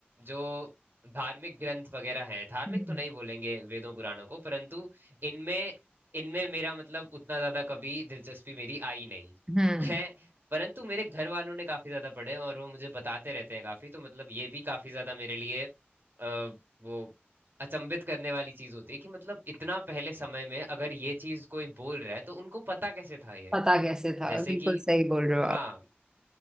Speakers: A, on the right; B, on the right.
A: जो धार्मिक ग्रंथ वगैरह हैं धार्मिक
B: हम्म
A: तो नहीं बोलेंगे वेदों पुराणों को परंतु इनमें इनमें मेरा मतलब उतना ज्यादा कभी दिलचस्पी मेरी आई नहीं
B: हम्म,
A: है परंतु मेरे घर वालों ने काफी ज्यादा पढ़े हैं और वो मुझे बताते रहते हैं काफी तो मतलब ये भी काफी ज्यादा मेरे लिए अ, वो अचंभित करने वाली चीज होती है कि मतलब इतना पहले समय में अगर ये चीज कोई बोल रहा है तो उनको पता कैसे था ये
B: पता कैसे था
A: जैसे
B: बिल्कुल
A: कि
B: सही बोल रहे हो
A: हाँ
B: आप